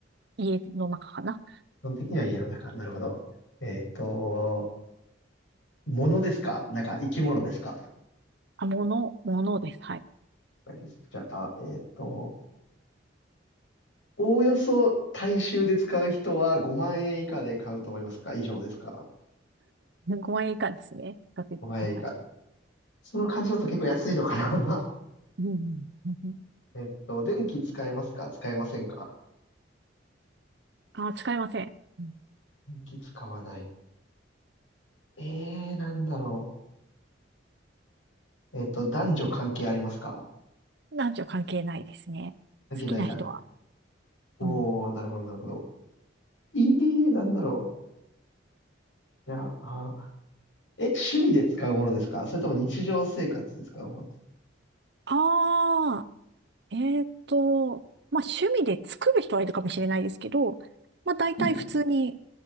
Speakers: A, on the right; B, on the left.
A: 家の中かな。
B: 基本的には家の中。なるほど。えっと、ものですかなんか生き物ですか
A: あ、もの、ものです。はい。
B: 了解です。じゃあ、えっと、おおよそ大衆で使う人は5万円以下で買うと思いますか以上ですか
A: 5万円以下ですね。確実にはい。
B: ?5 万円以下。その感じだと結構安いのかな
A: うんうん
B: <laughs> えっと、電気使えますか使えませんか
A: あ、使いません。うん
B: 電気使わない。えー、なんだろう。えっと、男女関係ありますか
A: 男女関係ないですね。
B: 関係ない感じ。
A: 好きな人は。
B: おー、
A: うん。
B: なるほど、なるほど。えー、なんだろう。じゃあ、あ、え、趣味で使うものですかそれとも日常生活で使うものですか
A: ああ、えっと、まあ、趣味で作る人はいるかもしれないですけど、まあ、大体普通に、
B: 作る。